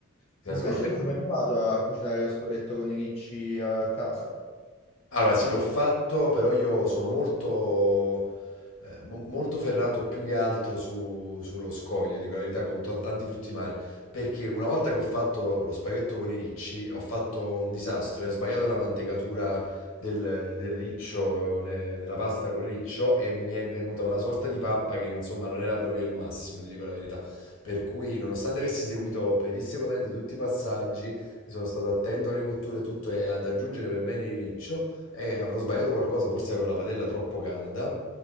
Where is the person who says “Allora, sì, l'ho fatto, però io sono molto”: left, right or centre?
Left